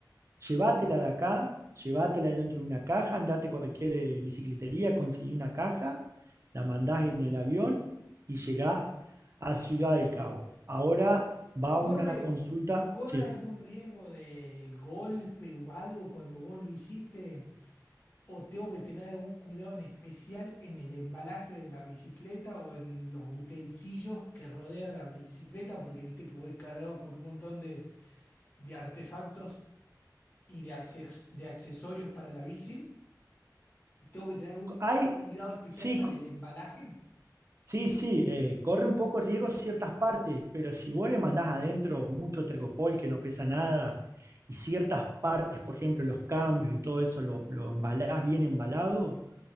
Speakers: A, on the right; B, on the left.
A: llévatela de acá, llévatela dentro de una caja, andate a cualquier eh, bicicletería, conseguí una caja, la mandás en el avión y llegás a Ciudad del Cabo. Ahora va
B: ¿Corre,
A: una consulta,
B: corre
A: sí.
B: algún riesgo de golpe o algo cuando vos lo hiciste? ¿O tengo que tener algún cuidado en especial en el embalaje de la bicicleta o en los utensilios que rodean a la bicicleta? Porque viste que voy cargado con un montón de, de artefactos y de, acces- de accesorios para la bici. ¿Tengo que tener algún
A: Hay,
B: cuidado especial
A: sí,
B: para el embalaje?
A: sí, sí, eh, corre un poco riesgo ciertas partes, pero si vos le mandás adentro mucho tercopol que no pesa nada y ciertas partes, por ejemplo, los cambios y todo eso, lo, lo embalás bien embalado,